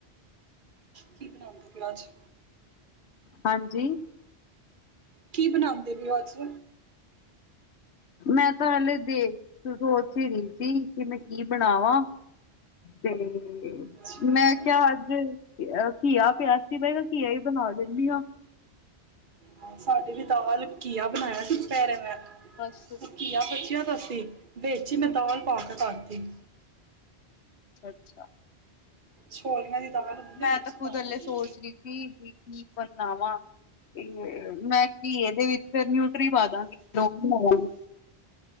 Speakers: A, on the right; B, on the left.
A: ਕੀ ਬਣਾਉਂਗੇ ਫੇਰ ਅੱਜ?
B: ਹਾਂਜੀ
A: ਕੀ ਬਣਾਉਂਦੇ ਪਾਏ ਉਹ ਅੱਜ?
B: ਮੈਂ ਤਾਂ ਹਾਲੇ ਦੇ ਸੋਚ ਹੀ ਰਹੀ ਸੀ, ਕਿ ਮੈਂ ਕੀ ਬਣਾਵਾਂ ਤੇ ਤੇ,
A: ਅੱਛਾ,
B: ਮੈਂ ਕਿਹਾ ਅੱਜ ਅਹ ਘੀਆ ਪਿਆ ਸੀ, ਮੈਂ ਖਾਂ ਘੀਆ ਹੀ ਬਣਾ। ਦਿਨੀ ਆ।
A: ਹ ਸਾਡੇ ਵੀ ਦਾਲ ਘੀਆ ਬਣਾਇਆ ਸੀ, ਦੁਪਹਿਰੇ ਮੈਂ
B: ਬਸ ਅੱਛਾ
A: ਘੀਆ ਬਚਿਆਂ ਤਾਂ ਸੀ, ਵਿੱਚ ਚ ਮੈਂ ਦਾਲ ਪਾ ਕੇ ਕਰਤੀ
B: ਅੱਛਾ
A: ਛੋਲੀਆਂ ਦੀ ਦਾਲ ਹੁੰਦੀ
B: ਮੈਂ
A: ਨਾ ਵਿੱਚ
B: ਤੇ ਖੁਦ
A: ਪਾ
B: ਹਲੇ
A: ਕੇ ਸੀ
B: ਸੋਚ ਰਹੀ ਸੀ, ਵੀ ਕੀ ਬਨਾ ਵਾਂ ਤੇ ਮੈਂ ਘੀਆ ਦੇ ਵਿੱਚ ਨਿਊਟਰੀ ਪਾ ਦਾਗੀ ਵਾਂਗੀ